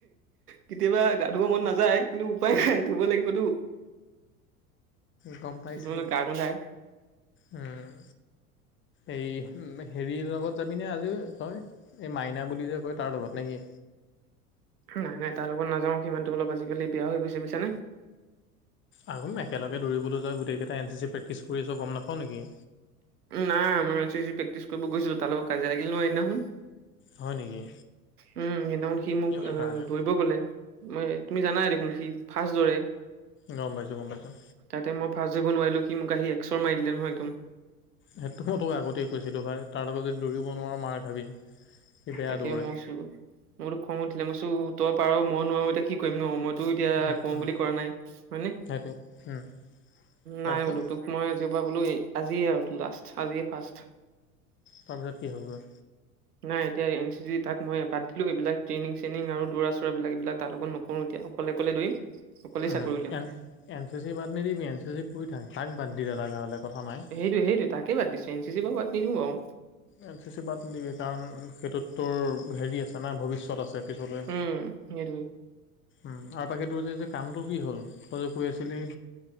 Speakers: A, on the right; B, on the left.
A: কেতিয়াবা গা ধুব মন নাযায় কিন্তু উপায় নাই ধুব লাগিবতো।
B: গম পাইছোঁ,
A: নহ'লে গা গোন্ধাই।
B: উম। এই হেৰিৰ লগত যাবিনে আজি তই? এই মাইনা বুলি যে কয় তাৰ লগত নে কি?
A: নাই নাই তাৰ লগত নাযাও, সি মানুহটো অলপ আজিকালি বেয়া হৈ গৈছে বুজিছানে?
B: আহোঁ একেলগে দৌৰিলৈ যাই গোটেইকেইটা এন চি প্ৰেক্টিছ কৰিছো গম নাপওঁ নেকি?
A: নাই আমাৰ এন চি চি প্ৰেক্টিছ কৰিব গৈছিলো, তাৰ কাজিয়া লাগিল নহয় সিদিনাখন।
B: হয় নেকি?
A: উম, সেইদিনাখন সি মোক
B: কিহৰ কাৰণে
A: দৌৰিব গ'লে। উম, তুমি জানাই দেখোন সি ফাষ্ট দৌৰে।
B: গম পাইছোঁ গম পাইছোঁ।
A: তাতে মই ফাষ্ট যাব নোৱাৰিলো, সি মোক আহি এক্সৰ মাৰি দিলে নয় একদম।
B: সেইটোতো মই তোক আগতেই কৈছিলোঁ ভাই তাৰ লগত যদি দৌৰিব নোৱাৰ মাৰ খাবি। সি বেয়া
A: তাকে
B: দৌৰে
A: মইচো, মোৰতো খং উঠিলে মইচো তই পাৰ মই নোৱাৰো তাক। কি কৰিম ন' মইতো এতিয়া
B: উম
A: কওঁ
B: উম
A: বুলি কৰা নাই হয়নে?
B: সেইটোৱে উম তাৰপিছত
A: নাই বোলো তোক মই আজিৰপৰা বোলো, আজিযয়ে আৰু লাষ্ট, আজিয়ে ফাৰ্ষ্ট।
B: তাৰপিছত কি হ'বগৈ?
A: নাই। এতিয়া এন চি চি তাক মই বাদ দিলোঁ এইবিলাক ট্ৰেইনিং চেইনিং আৰু দৌৰা চৰাবিলাক, এইবিলাক তাৰ লগত নকৰোঁ এতিয়া, অকলে দৌৰিম। অকলেই
B: উম,
A: চাকৰি উলিয়াম
B: এন এন চি চি বাদ নিদিবি, এন চি চি কৰি থাক, তাক বাদ দি দৰকাৰ হ'লে কথা নাই।
A: সেইটোয়ে তাকে বাদ দিছোঁ, এন চি চি পৰা বাদ নিদিওঁ বাৰু।
B: এন চি চি বাদ নিদিবি কাৰণ সেইটোত তোৰ হেৰি আছে না ভৱিষ্যত আছে। পিছলৈ
A: উম, সেইটোৱেই।
B: উম, আৰু বাকী তোৰ কামটো যে কামটো কি হ'ল তই যে কৰি আছিলি?